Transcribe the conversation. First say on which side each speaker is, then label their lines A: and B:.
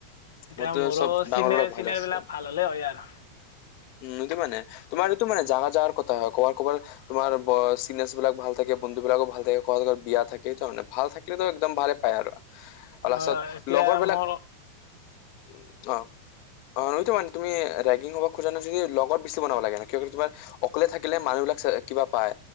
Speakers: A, on the left (about 80°); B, on the left (about 55°).
A: এতিয়া
B: মোৰতো
A: মোৰো
B: চব ডাঙৰবিলেক
A: চিনিয়াৰ চিনিয়াৰ
B: ভাল আছিল
A: বিলাক ভাল হ'লে হয় আৰু
B: উম এইটো মানে তোমাৰ এইটো মান জাগাৰ জাগাৰ কথা হয় ক'বাত ক'বাত তোমাৰ ব চিনিয়ছবিলাক ভাল থাকে বন্ধুবিলাকো ভাল থাকে কলেজৰ বিয়াত থাকে সেই কাৰণে ভাল থাকিলেতো একদম ভালে পায় আৰু। আাৰু
A: অ
B: লাষ্টত
A: এতিয়া
B: লগৰবিলাক
A: মোৰ
B: উম অ'। অ', সেইতো মানে তুমি ৰেগিং হ'ব খোজা নাই যদি লগত বেছি বনাব লাগে ন কিয় তোমাৰ অকলে থাকিলে মানুহবিলাক কিবা পাই